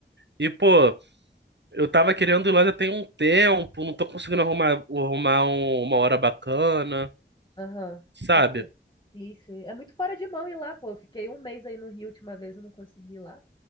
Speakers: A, on the right; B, on the left.
A: E, pô, eu tava querendo ir lá já tem um tempo, não tô conseguindo arrumar, arrumar um- uma hora bacana,
B: Aham.
A: sabe?
B: É porque. Isso. É muito fora de mão ir lá, pô. Eu Fiquei um mês aí no Rio, a última vez eu não consegui ir lá.